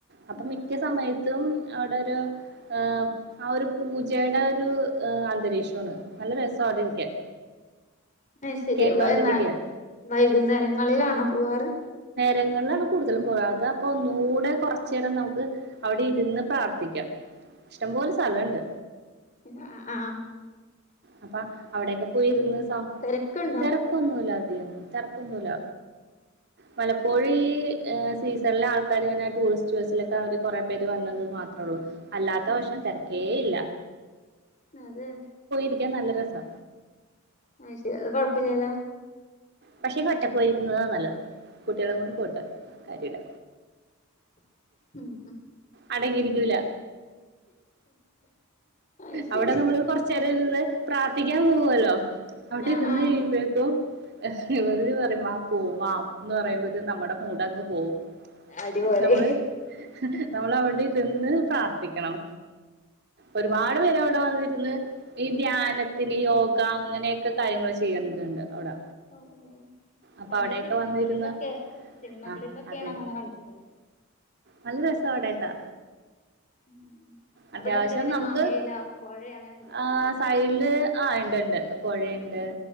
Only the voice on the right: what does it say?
അപ്പൊ
മിക്ക സമയത്തും അവിടെ ഒരു ആഹ് ആ ഒരു പൂജെടെ ഒരു ഏഹ് അന്തരീക്ഷം ആണ് നല്ല രസാ അവിടെ ഇരിക്കാൻ
കേട്ടോണ്ടിരിക്കാൻ
രങ്ങളിലാണ് കൂടുതലും പോവാ അതാപ്പൊ ന്നൂടെ കൊറച്ച് നേരം നമുക്ക് അവിടെ ഇരുന്ന് പ്രാർത്ഥിക്കാം ഇഷ്ടംപോലെ സ്ഥലംണ്ട്
അപ്പ അവിടെക്കെ പോയിരുന്ന് സം
തെരക്കൊന്നുല്ല ഇല്ല തെരക്കൊന്നൂല്ല പലപ്പോഴി എഹ് സ് സീസണിലെ ആൾക്കാര് ഇങ്ങനെ ടൂറിസ്റ്റ് ബസിലൊക്കെ അവര് കൊറെ പേര് വന്നത് മാത്രം ഒള്ളൂ അല്ലാത്ത
വശം തെരക്കേ ഇല്ല
രിക്കാൻ നല്ല രസാ
പക്ഷേ പോയിരിക്കുന്നതാ നല്ലത് കുട്ടികളെ കൊണ്ട് പോയിട്ട് കാര്യല്ല
അടങ്ങിയിരിക്കൂല
അവിടെ നമ്മള് കൊറച്ച് നേരം ഇര്ന്ന് പ്രാർത്ഥിക്കാൻ പോവുവല്ലോ അവിടെ
ഇരുന്ന്
കഴിയുമ്പക്കും ഇവര് പറയും വാപോവാ എന്ന് പറയുമ്പ നമ്മടെ മൂടങ്ങ് പോവും
നമ്മള് നമ്മള് അവിടെ ഇരുന്ന് പ്രാർത്ഥിക്കണം ഒരുപാട്
പേര് അവിടെ വന്നിരുന്ന് ഈ ധ്യാനത്തിന് യോഗ അങ്ങനെയൊക്കെ കാര്യങ്ങൾ ചെയ്യണ്ടതുണ്ട് അവിടെ
അപ്പൊ
അവിടെയൊക്കെ
വന്നിരുന്ന
ആ അതന്നെ
നല്ല രസാ അവിടെയൊക്കെ
അത്യാവിശം
നമുക്ക്
ആ
സൈഡില് ആ ഉണ്ട്ണ്ട് പൊഴയൊണ്ട്